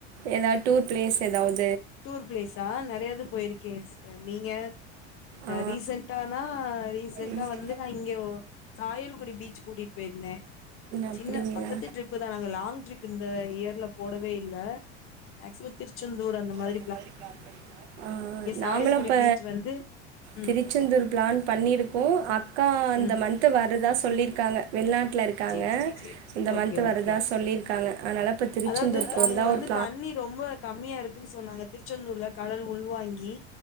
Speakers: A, on the right; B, on the left.
A: எதாது டூர் பிளேஸ் எதாவுது
B: டூர் பிளேஸா நெறயா இது போயிருக்கே சிஸ்டர் நீங்க
A: ஆ
B: ரீசன்ட்டானா ரீசண்ட்டா
A: ம்
B: வந்து நா இங்க சாயிலு <unintelligible> பீச்சுக் கூட்டிட் போய்ருந்தே
A: அப்டிங்களா
B: சின்ன பக்கத்து ட்ரிப்பு தா நாங்க லாங் ட்ரிப்பு இந்த ஏர்ல போடவே இல்ல மேக்சிமோ திருச்செந்தூர் அந்த மாரி
A: <inaudible> அ அ
B: சாயல்குடி
A: நாங்களு அப்ப
B: பீச் வந்து ம்
A: திருச்செந்தூர் பிளான் பண்ணிருக்கு அக் க்கா அந்த
B: ம்
A: மந்த் வரதா சொல்லிர்க் க்காங்க வெள்நாட்ல இருக்காங்க
B: சேரி சேரி சேரி
A: இந்த மந்த்
B: ஓகே
A: வரதா
B: ஓகே
A: சொல்லீர்க்காங்க அனால ப்ப திருச்செந்தூர்
B: அதாவது
A: போர்தா
B: அங்க வந்து
A: ஒருப்
B: தண்ணி ரொம்ப கம்மியா இருக்குன் சொன்னாங்க திருச்செந்தூர்லப் கடல் உள்வாங்கி